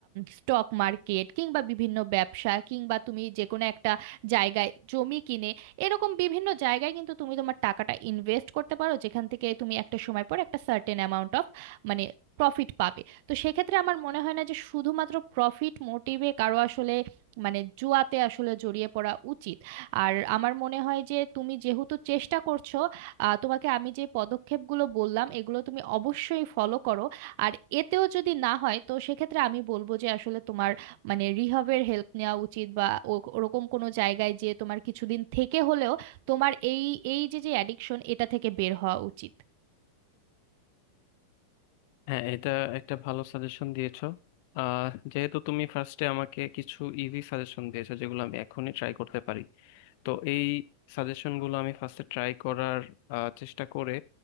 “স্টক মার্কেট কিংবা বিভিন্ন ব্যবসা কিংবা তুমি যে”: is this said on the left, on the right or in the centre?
Right